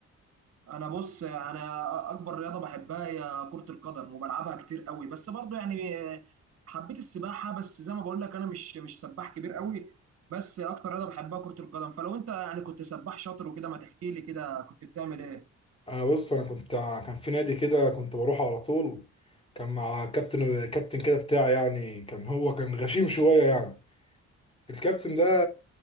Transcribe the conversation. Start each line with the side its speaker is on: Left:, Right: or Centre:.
Right: انا بص انا اكبر رياضه بحبها هي كره القدم وبلعبها كتير قوي بس برضو يعني آه، حبيت السباحه بس زي ما بقول لك انا مش مش سباح كبير قوي بس اكتر رياضه بحبها كره القدم فلو انت يعني كنت سباح شاطر وكده ما تحكي لي كده كنت بتعمل ايه
Left: انا بص انا كنت كان في نادي كده كنت بروح على طول كان مع كابتن كابتن كده بتاعي يعني كان هو كان غشيم شويه يعني الكابتن ده